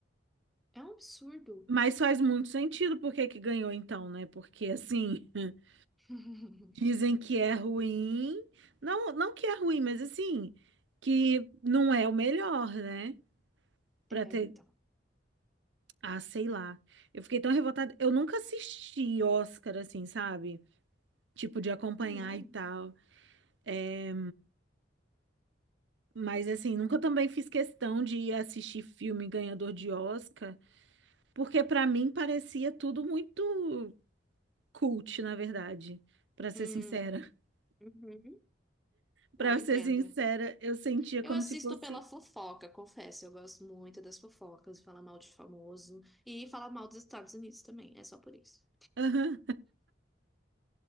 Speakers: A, in the centre; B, on the right.
A: É um absurdo.
B: Mas faz muito sentido por que que ganhou então, né? Porque assim, <laughs>
A: <laughs>
B: dizem que é ruim. Não, não que é ruim, mas assim, que não é o melhor, né? Pra
A: É,
B: ter,
A: então.
B: ah, sei lá. Eu fiquei tão revoltada. Eu nunca assisti Oscar assim, sabe? tipo, de acompanhar
A: Ah, não.
B: e tal. É, mas assim, nunca também fiz questão de ir assistir filme ganhador de Oscar, porque pra mim parecia tudo muito cult, na verdade, Pra ser
A: Hum,
B: sincera. <laughs>
A: uhum.
B: Pra
A: Eu entendo.
B: ser sincera, eu sentia como
A: Eu assisto
B: se fosse,
A: pela fofoca, confesso. Eu gosto muito das fofocas, de falar mal de famoso e falar mal dos Estados Unidos também. É só por isso.
B: aham,